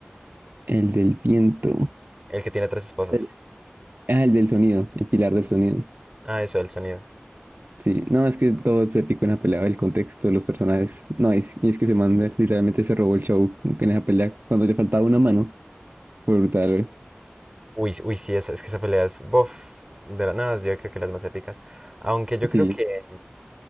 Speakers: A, on the right; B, on the right.
A: El del viento.
B: El que tiene tres esposas.
A: El- ah, el del sonido, el pilar del sonido.
B: Ah, eso, el sonido.
A: Sí, no, es que todo se picó en la pelea, el contexto, los personajes. No, es, y es que se manda, literalmente se robó el show como en esa pelea cuando le faltaba una mano. Fue brutal,
B: Uy, uy, sí, es, es que esa pelea es, bof, de las nada, yo creo que las más épicas. Aunque yo
A: Sí,
B: creo que,